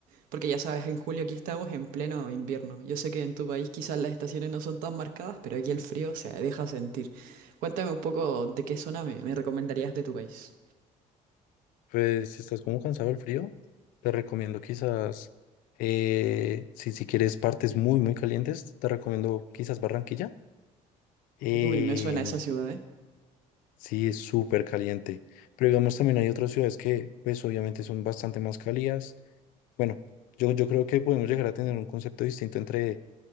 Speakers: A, on the right; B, on the left.
A: porque ya sabes, en julio aquí estamos en pleno invierno. Yo sé que en tu país quizás las estaciones no son tan marcadas, pero aquí el frío se deja sentir. Cuéntame un poco de qué zona me, me recomendarías de tu país.
B: Pues si estás como cansado del frío, te recomiendo quizás, eh, si, si quieres partes muy, muy calientes, te recomiendo quizás Barranquilla. Eh,
A: Uy, me suena esa ciudad, ¿eh?
B: sí, es súper caliente. Pero digamos también hay otras ciudades que pues obviamente son bastante más cálidas. Bueno, yo, yo creo que podemos llegar a tener un concepto distinto entre